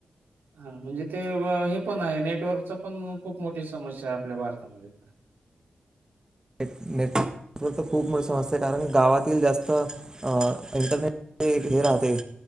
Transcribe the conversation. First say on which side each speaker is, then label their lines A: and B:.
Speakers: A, on the right; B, on the right.
A: हा म्हणजे ते हे पण आहे, नेटवर्कचा पण खूप मोठी समस्या आहे आपल्या भारतामध्ये.
B: खूप मोठी समस्या, कारण गावातील जास्त. अ इंटरनेट एक हे राहते.